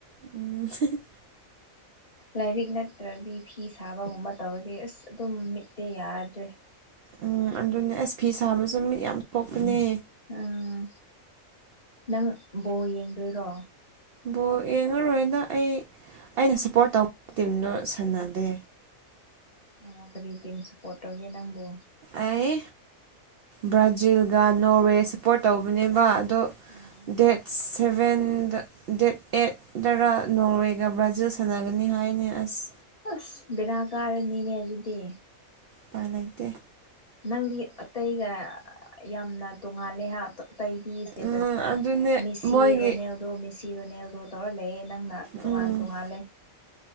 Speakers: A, on the right (about 65°); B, on the left (about 30°).
A: ꯎꯝ <unintelligible> <inaudible>
B: ꯂꯥꯏꯔꯤꯛ ꯅꯠꯇ꯭ꯔꯗꯤ ꯐꯤ ꯁꯥꯕꯒꯨꯝꯕ ꯇꯧꯔꯗꯤ ꯑꯁ ꯑꯗꯨꯝ ꯃꯤꯠꯇꯦ ꯌꯥꯗ꯭ꯔꯦ
A: ꯎꯝ ꯑꯗꯨꯅꯦ ꯑꯁ ꯐꯤ ꯁꯥꯕꯁꯨ ꯃꯤꯠ ꯌꯥꯝ ꯊꯣꯛꯄꯅꯦ
B: ꯑꯥ ꯅꯪ ꯕꯣ ꯌꯦꯡꯗꯣꯏꯔꯣ
A: ꯕꯣꯜ ꯌꯦꯡꯉꯔꯣꯏꯅ ꯑꯩ ꯑꯩꯅ ꯁꯞꯄꯣꯔꯠ ꯇꯧꯕꯒꯤ ꯇꯤꯝꯗꯨꯣ ꯁꯥꯟꯅꯗꯦ
B: ꯑꯣ ꯀꯔꯤ ꯇꯤꯝ ꯁꯞꯄꯣꯔꯠ ꯇꯧꯒꯦ ꯅꯪꯕꯨ
A: ꯑꯩ ꯕ꯭ꯔꯥꯖꯤꯜꯒ ꯅꯣꯔꯋꯦ ꯁꯞꯄꯣꯔꯠ ꯇꯧꯕꯅꯦꯕ ꯗꯣ
B: ꯎꯝ
A: ꯗꯦꯠꯁ ꯁꯚꯦꯟꯗ ꯗꯦꯠ ꯑꯩꯠ ꯗꯔ ꯅꯣꯔꯋꯦꯒ ꯕ꯭ꯔꯥꯖꯤꯜ ꯁꯥꯟꯅꯒꯅꯤ ꯍꯥꯏꯅꯤ ꯑꯁ
B: ꯑꯁ ꯕꯅꯥ ꯀꯥꯔꯅꯤꯅꯦ ꯑꯗꯨꯗꯤ
A: ꯄ ꯂꯩꯩꯇꯦ
B: ꯅꯪꯗꯤ ꯑꯇꯩꯒ ꯌꯥꯝꯅ ꯇꯣꯡꯉꯥꯜꯂꯦ ꯍꯥꯏꯗꯣ ꯑꯇꯩꯗꯤ ꯁꯇꯦꯇꯁꯇ
A: ꯎꯝ ꯑꯗꯨꯅꯦ
B: ꯃꯤꯁꯤ
A: ꯃꯣꯏꯒꯤ
B: ꯔꯣꯅꯦꯜꯗꯣ ꯃꯦꯁꯤ ꯔꯣꯅꯦꯜꯗꯣ ꯇꯧꯔ ꯂꯩꯌꯦꯦꯅ ꯅ ꯇꯣꯉꯥꯟ
A: ꯎꯝ
B: ꯇꯣꯉꯥꯂꯦ